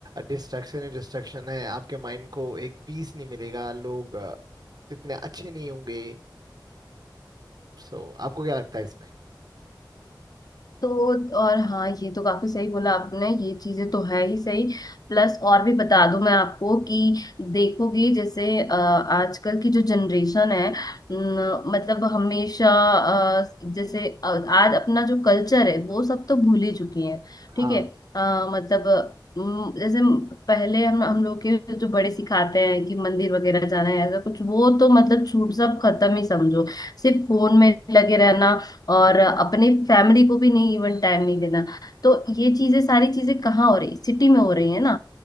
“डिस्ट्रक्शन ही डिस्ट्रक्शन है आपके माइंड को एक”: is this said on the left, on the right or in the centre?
Right